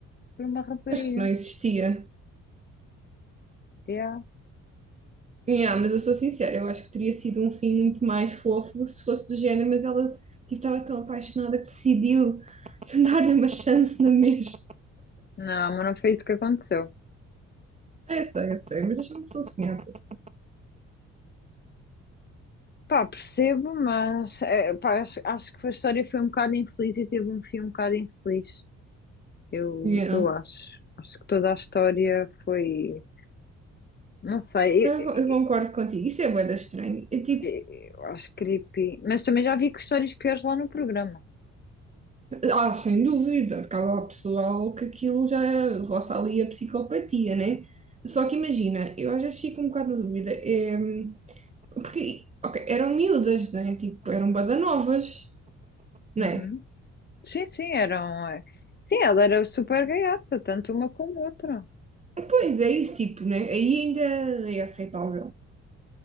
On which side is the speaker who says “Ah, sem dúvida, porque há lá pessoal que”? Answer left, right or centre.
Right